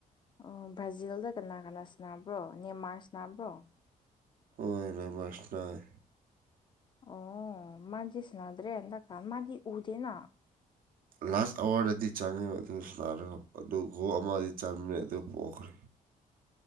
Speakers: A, on the left (about 30°); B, on the right (about 70°).
A: ꯑꯣ ꯕ꯭ꯔꯥꯖꯤꯜꯗ ꯀꯅꯥ ꯀꯅꯥ ꯁꯅꯥꯕ꯭ꯔꯣ ꯅꯦꯃꯥꯔꯁ ꯕ꯭ꯔꯣ
B: ꯍꯣꯏꯅꯦꯣꯏ ꯃꯁꯔꯔ
A: ꯑꯣ ꯃꯥꯖꯤ ꯁꯅꯥꯗ꯭ꯔꯦ ꯑꯦꯗ ꯀꯥ ꯃꯥ ꯎꯗꯦꯅ
B: ꯂꯥꯁ ꯑꯦꯋꯥꯔꯗꯗꯤ ꯆꯪꯉꯤ ꯑꯗꯨ ꯁꯔꯒ ꯑꯗꯨ ꯒꯣ ꯑꯃꯗꯤ ꯆꯪꯃꯤꯟꯅꯩ ꯑꯗꯨ ꯄꯣꯛꯈ꯭ꯔꯦ
A: <unintelligible>